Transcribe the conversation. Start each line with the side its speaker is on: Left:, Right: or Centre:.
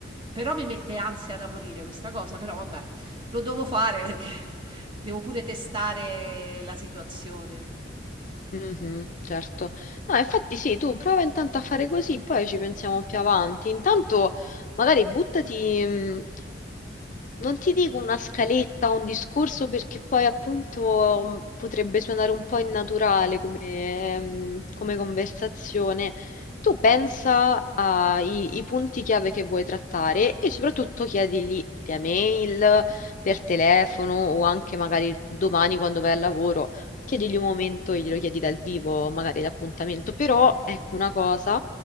Right: però mi mette ansia da morire questa cosa, però vabbè, lo devo fare perché <laughs> devo pure testare la situazione.
Left: mhm, certo. No, infatti sì, tu prova intanto a fare così, poi ci pensiamo più avanti. Intanto magari buttati... mh, Non ti dico una scaletta o un discorso perché poi appunto mh, potrebbe suonare un po' innaturale come, ehm, come conversazione. Tu pensa ai i punti chiave che vuoi trattare e soprattutto chiedigli via mail, per telefono o anche magari domani quando vai al lavoro. Chiedigli un momento e glielo chiedi dal vivo, magari l'appuntamento. Però ecco una cosa.